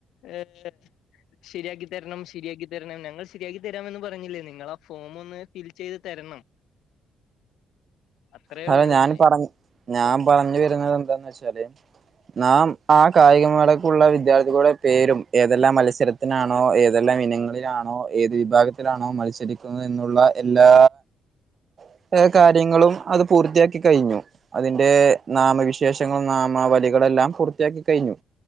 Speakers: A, on the left (about 80°); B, on the right (about 45°).
A: ഏഹ് ശരിയാക്കി തരണം ശരിയാക്കി തരണം ഞങ്ങൾ ശരിയാക്കി തരാമെന്ന് പറഞ്ഞില്ലെ നിങ്ങളാ ഫോ മൊന്ന് ഫിൽ ചെയ്ത് തരണം അത്രേ
B: ഹലോ
A: ഉള്ളൂ
B: ഞാൻ
A: ഇഞ്ഞ്
B: പറഞ് ഞാൻ പറഞ്ഞു വരുന്നത് എന്താന്ന് വെച്ചാല് നാം ആ കായികമേളക്കുള്ള വിദ്യാർത്ഥികളുടെ പേരും ഏതെല്ലാം മത്സരത്തിനാണ് ണോ ഏതെല്ലാം ഇനങ്ങളിലാണോ ഏത് വിഭാഗത്തിലാണോ മത്സരിക്കുന്നത് എന്നുള്ള എല്ലാ <unintelligible> കാര്യങ്ങളും അത് പൂർത്തിയാക്കി കഴിഞ്ഞു അതിന്റേ നാമവിശേഷങ്ങളും നാമാവലികളെല്ലാം പൂർത്തിയാക്കി കഴിഞ്ഞു